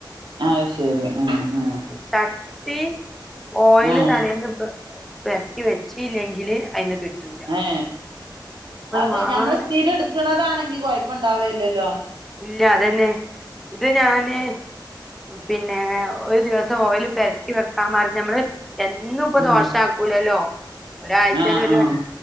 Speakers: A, on the right; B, in the centre.
A: അത് ശെരി ഉം ഉം
B: ചട്ടി ഓയില്
A: ആഹ്
B: തലേന്ന് പ്പ വരട്ടി വെച്ച് ഇല്ലെങ്കിൽ അതിന്ന് കിട്ടും
A: ഏ അത്
B: മാനം
A: ഞമ്മൾ സ്ഥിരം എടുക്കണതാണെങ്കി കുഴപ്പ ഇണ്ടാവേല്ലല്ലോ
B: ഇല്ല അതന്നെ ഇത് ഞാന് പിന്നെ ഒരു ദിവസം ഓയില് പരട്ടി വെക്കാൻ പറഞ്ഞു നമ്മള് എന്നും ഇപ്പം
A: ഉം
B: ദോശ ആക്കൂലല്ലോ ഒരാഴ്ചൽ
A: ആഹ്
B: ഒരു
A: ആഹ്